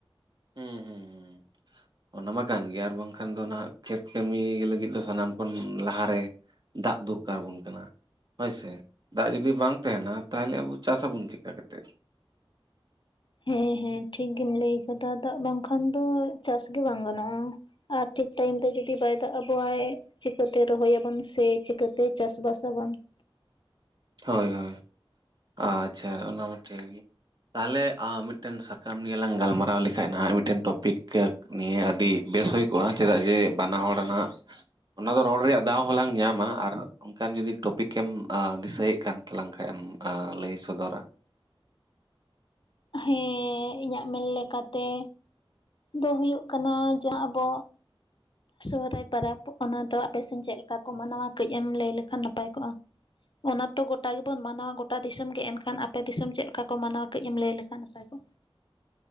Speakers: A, on the right; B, on the left.
A: ᱦᱩᱸ ᱦᱩᱸ ᱦᱩᱸ ᱾ ᱚᱱᱟ ᱢᱟ ᱠᱟᱱ ᱜᱮᱭᱟ ᱟᱨ ᱵᱟᱝᱠᱷᱟᱱ ᱫᱚ ᱱᱟᱦᱟᱜ ᱠᱷᱮᱛ ᱠᱟᱹᱢᱤ ᱞᱟᱹᱜᱤᱫ ᱫᱚ ᱥᱟᱱᱟᱢ ᱠᱷᱚᱱ ᱞᱟᱦᱟᱨᱮ ᱫᱟᱜ ᱫᱚᱨᱠᱟᱨ ᱟᱵᱚᱱ ᱠᱟᱱᱟ ᱾ ᱦᱳᱭᱥᱮ ᱫᱟᱜ ᱡᱩᱫᱤ ᱵᱟᱝ ᱛᱟᱦᱮᱱᱟ ᱛᱟᱦᱚᱞᱮ ᱟᱵᱚ ᱪᱟᱥ ᱟᱵᱚᱱ ᱪᱤᱠᱟ ᱠᱟᱛᱮᱫ?
B: ᱦᱮᱸ ᱦᱮᱸ ᱴᱷᱤᱠ ᱜᱮᱢ ᱞᱟᱹᱭ ᱟᱠᱟᱫᱟ ᱫᱟᱜ ᱵᱟᱝᱠᱷᱟᱱ ᱫᱚ ᱪᱟᱥ ᱜᱮ ᱵᱟᱝ ᱜᱟᱱᱚᱜᱼᱟ ᱾ ᱟᱨ ᱴᱷᱤᱠ ᱴᱟᱭᱤᱢ ᱛᱮ ᱡᱩᱫᱤ ᱵᱟᱭ ᱫᱟᱜ ᱟᱵᱚᱣᱟᱭ ᱪᱤᱠᱟᱹᱛᱮ ᱨᱚᱦᱚᱭᱟᱵᱚᱱ ᱥᱮ ᱪᱤᱠᱟᱹᱛᱮ ᱪᱟᱥ ᱵᱟᱥ ᱟᱵᱚᱱ ᱾
A: ᱦᱳᱭ ᱦᱳᱭ ᱾ ᱟᱪᱪᱷᱟ ᱚᱱᱟ ᱢᱟ ᱴᱷᱤᱠ ᱜᱮ ᱾ ᱛᱟᱦᱚᱞᱮ ᱟ ᱢᱤᱫᱴᱮᱱ ᱥᱟᱠᱟᱢ ᱱᱤᱭᱟᱹ ᱞᱟᱝ ᱜᱟᱞᱢᱟᱨᱟᱣ ᱞᱮᱠᱷᱟᱡ ᱱᱟᱦᱟᱜ ᱢᱤᱫᱴᱮᱱ ᱴᱚᱯᱤᱠ ᱱᱤᱭᱟᱹ ᱟᱹᱰᱤ ᱵᱮᱥ ᱦᱩᱭ ᱠᱚᱜᱼᱟ ᱪᱮᱫᱟᱜ ᱡᱮ ᱵᱟᱱᱟ ᱦᱚᱲᱱᱟᱜ ᱚᱱᱟ ᱫᱚ ᱨᱚᱲ ᱨᱮᱭᱟᱜ ᱫᱟᱣ ᱦᱚᱸᱞᱟᱝ ᱧᱟᱢᱟ ᱟᱨ ᱚᱱᱠᱟᱱ ᱡᱩᱫᱤ ᱴᱚᱯᱤᱠ ᱮᱢ ᱟ ᱫᱤᱥᱟᱹᱭᱮᱫ ᱠᱟᱱ ᱛᱟᱞᱟᱝ ᱠᱷᱟᱱᱮᱢ ᱟ ᱞᱟᱹᱭ ᱥᱚᱫᱚᱨᱟ ᱾
B: ᱦᱮᱸ ᱤᱧᱟᱹᱜ ᱢᱮᱱ ᱞᱮᱠᱟᱛᱮ ᱫᱚ ᱦᱩᱭᱩᱜ ᱠᱟᱱᱟ ᱡᱟᱦᱟᱸ ᱟᱵᱚ ᱥᱚᱦᱚᱨᱟᱭ ᱯᱚᱨᱟᱵᱽ ᱚᱱᱟ ᱫᱚ ᱟᱯᱮᱥᱱ ᱪᱮᱫ ᱞᱮᱠᱟ ᱠᱚ ᱢᱟᱱᱟᱣᱟ ᱠᱟᱺᱡ ᱮᱢ ᱞᱟᱹᱭ ᱞᱮᱠᱷᱟᱱ ᱱᱟᱯᱟᱭ ᱠᱚᱜᱼᱟ ᱚᱱᱟ ᱛᱚ ᱜᱚᱴᱟ ᱜᱮᱵᱚᱱ ᱢᱟᱱᱟᱣᱟ ᱜᱚᱴᱟ ᱫᱤᱥᱚᱢ ᱜᱮ ᱮᱱᱠᱷᱟᱱ ᱟᱯᱮ ᱫᱤᱥᱚᱢ ᱪᱮᱫ ᱞᱮᱠᱟ ᱠᱚ ᱢᱟᱱᱟᱣᱟ ᱠᱟᱹᱡ ᱮᱢ ᱞᱟᱹᱭ ᱞᱮᱠᱷᱟᱱ ᱱᱟᱯᱟᱭ ᱠᱚᱜᱼᱟ ᱾